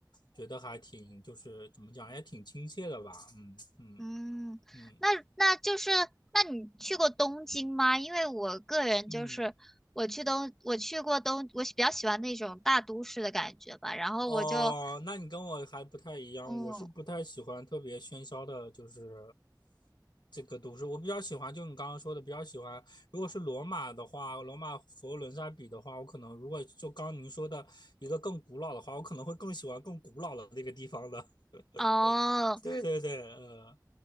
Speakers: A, on the left (about 75°); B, in the centre.
A: 觉得还挺就是怎么讲也挺亲切的吧，嗯嗯
B: 嗯，
A: 嗯
B: 那那就是，那你去过东京吗？因为我个人就是，
A: 嗯
B: 我去东，我去过东，我比较喜欢那种大都市的感觉吧。然后我就，
A: 哦，那你跟我还不太一样，
B: 嗯，
A: 我是不太喜欢特别喧嚣的，就是这个都市。我比较喜欢，就你刚刚说的，比较喜欢。如果是罗马的话，罗马佛罗伦萨比的话，我可能如果就刚您说的一个更古老的话，我可能会更喜欢更古老的那个地方的。
B: 哦，
A: <laughs> 对对对，呃，